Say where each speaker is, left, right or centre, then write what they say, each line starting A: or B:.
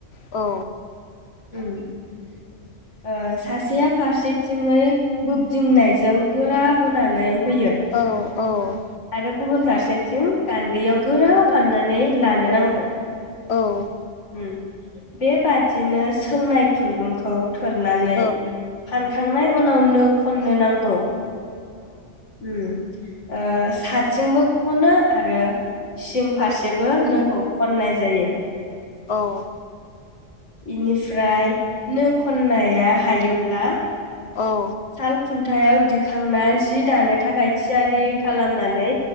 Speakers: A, on the left (about 65°); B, on the left (about 75°).
A: औ।
B: ओम ओ सासेया फारसेथिंयै बोब्दिंनायजों गोरा बोनानै। होयो
A: औ। औ।
B: आरो गुबुन फारसेथिं गान्दैयाव गोरा फाननानै लानो नांगौ।
A: औ।
B: ओम बेबादिनो सोंनाय खुन्दुंखौ। थोरनानै
A: औ
B: फानखांनाय उनाव नो खननो नांगौ उम। ओ। साथजोंबो खनो आरो। सिं फारसेबो नोखौ ख'ननाय जायो।
A: औ।
B: बेनिफ्राय नो ख'ननाया हायोब्ला।
A: औ।
B: साल खुन्थायाव दिखांना जि दानो थाखाय थियारि खालामनानै